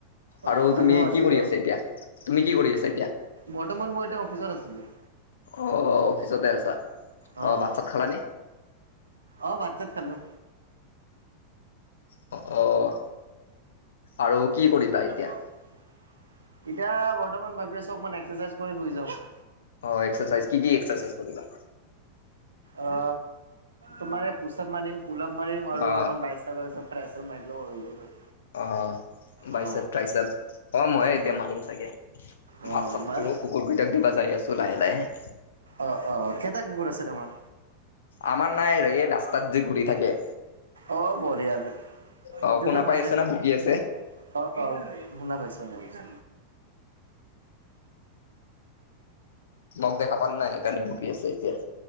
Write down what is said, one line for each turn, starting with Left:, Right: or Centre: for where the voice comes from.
Right: অ',
Left: আৰু
Right: মানুহো
Left: তুমি
Right: বাচি
Left: কি কৰি
Right: যাব
Left: আছা? এতিয়া তুমি কি কৰি আছা এতিয়া?
Right: বৰ্তমান মই এতিয়া অফিচত আছিলোঁ।
Left: অ, অফিচতে আছা?
Right: অ',
Left: ভাত চাত খালানে
Right: অ', ভাত চাত খালো।
Left: অ, অহ, আৰু কি কৰিবা এতিয়া
Right: এতিয়া বৰ্তমান ভাবি আছো অকমান এক্সাৰচাইজ কৰি শুই যাওঁ।
Left: অ, এক্সাৰচাইজ কি-কি এক্সাৰচাইজ কৰিবা?
Right: অ, তোমাৰ পোচাপ মাৰিম পোলাপ মাৰিম আৰু
Left: অ
Right: অকমান বাই বাইচেপ ট্ৰাইছেপ মাৰিলে হৈ গল আৰু।
Left: অ'বাইচেপ
Right: অ
Left: ট্ৰাইছেপ, অ' মই
Right: উম
Left: এতিয়া মাৰিম চাগে।
Right: অ
Left: ভাত চাত
Right: মাৰ
Left: খালো কুকুৰকেইটাক দিবা যায় আছো লাহে-লাহে।
Right: অ, অ, কেইটা কুকুৰ আছে তোমাৰ?
Left: আমাৰ নাই এই ৰাস্তাত যে ঘূৰি থাকে।
Right: অ, বঢ়িয়া দে এইটোতো
Left: অ শুনা পাই
Right: ভালেই
Left: আছে
Right: তোমাৰ
Left: না ভুকি আছে
Right: অ', অ', শুনা পাইছো- শুনা পাইছো।
Left: মোক দেখা পান নাই সেইকাৰণে ভুকি আছে এতিয়া।